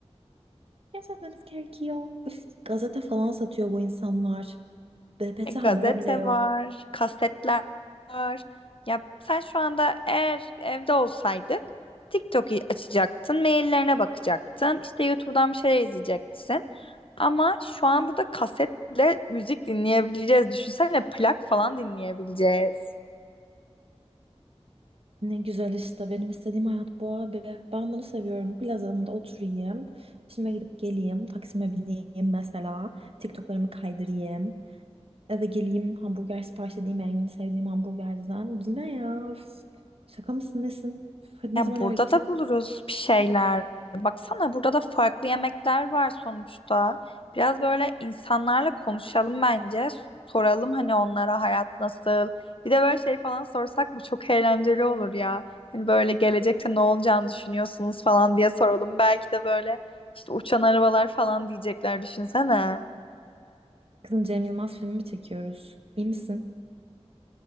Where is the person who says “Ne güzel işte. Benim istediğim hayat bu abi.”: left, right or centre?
Right